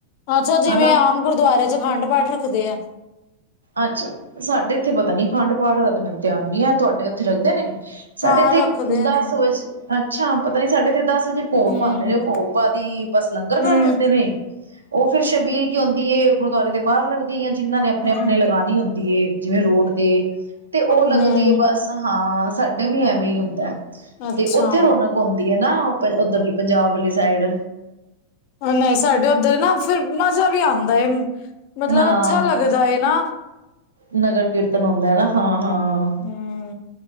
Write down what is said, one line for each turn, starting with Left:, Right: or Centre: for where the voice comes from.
Left: ਅੱਛਾ ਜਿਵੇਂ
Right: ਹਨਾ
Left: ਆਮ ਗੁਰਦਆਰਿਆਂ ਚ ਅਖੰਡ ਪਾਠ ਰੱਖਦੇ ਆ।
Right: ਅੱਛਾ ਸਾਡੇ ਇੱਥੇ ਪਤਾ ਨੀ ਖੰਡ ਪਾਠ ਦਾ ਤੇ ਮੈਨੂੰ ਧਿਆਨ ਨੀ ਹੈ ਤੁਹਾਡੇ ਉੱਥੇ ਰੱਖਦੇ ਨੇ। ਸਾਡੇ
Left: ਹਾਂ
Right: ਇੱਥੇ
Left: ਰੱਖਦੇ ਨੇ।
Right: ਦਸ ਵਜੇ ਅੱਛਾ ਪਤਾ ਨੀ ਸਾਡੇ ਤੇ ਦਸ ਵਜੇ ਭੋਗ
Left: ਹੂੰ,
Right: ਪਾਂਦੇ ਨੇ ਉਹ ਭੋਗ ਬਾਅਦ ਹੀ ਬਸ ਲੰਗਰ ਕਰ
Left: ਹੂੰ,
Right: ਦਿੰਦੇ ਨੇ। ਉਹ ਫਿਰ ਸ਼ਬੀਲ ਕਿ ਹੁੰਦੀ ਏ ਗੁਰਦੁਆਰੇ ਦੇ ਬਾਹਰ ਲੱਗਦੀ ਐ ਜਿਨ੍ਹਾਂ ਨੇ ਆਪਣੇ
Left: ਹੂੰ,
Right: ਆਪਣੇ ਲਗਾਣੀ ਹੁੰਦੀ ਐ ਜਿਵੇਂ ਰੋਡ ਤੇ ਤੇ ਉਹ ਲੱਗ
Left: ਹੂੰ
Right: ਦੀ ਬਸ ਹਾਂ ਸਾਡੇ ਵੀ ਐਵੇਂ ਹੀ ਹੁੰਦਾ
Left: ਅੱਛਾ।
Right: ਤੇ ਉੱਥੇ ਰੌਣਕ ਹੁੰਦੀ ਐ ਨਾ। ਓ ਉੱਧਰ ਪੰਜਾਬ ਵਾਲੀ ਸਾਈਡ
Left: ਨਹੀਂ ਸਾਡੇ ਉੱਧਰ ਨਾ ਫਿਰ ਮਜ਼ਾ ਵੀ ਆਂਦਾ ਏ ਨਾ ਮਤਲਬ
Right: ਹਾਂ
Left: ਅੱਛਾ ਲੱਗਦਾ ਐ ਨਾ।
Right: ਨਗਰ ਕੀਰਤਨ ਹੁੰਦਾ ਨਾ ਹਾਂ ਹਾਂ
Left: ਹੂੰ